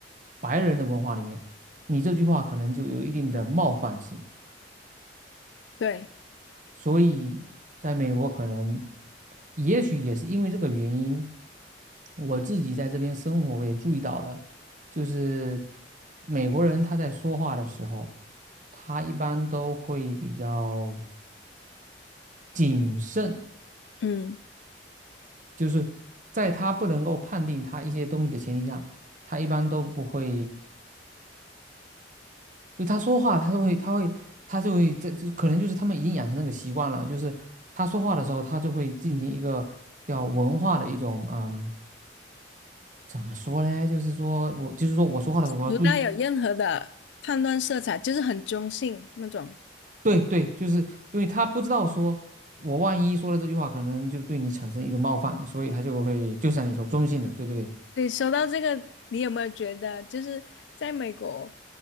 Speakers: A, on the right; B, on the left.
A: 白人的文化里面，你这句话可能就有一定的冒犯性。
B: 对，
A: 所以在美国可能，也许也是因为这个原因，我自己在这边生活，我也注意到了，就是美国人他在说话的时候，他一般都会比较谨慎，
B: 嗯，
A: 就是在他不能够判定他一些东西的前提下，他一般都不会就他说话，他就会，他会，他就会，这这可能就是他们已经养成那个习惯了，就是他说话的时候，他就会进行一个叫文化的一种，嗯，怎么说嘞？就是说我，就是说我说话的时候我要注意，
B: 不带有任何的判断色彩，就是很中性那种。
A: 对对，就是因为他不知道说我万一说了这句话，可能就对你产生一种冒犯，所以他就会，就像你说中性的，对对
B: 对，说到这个，你有没有觉得，就是在美国，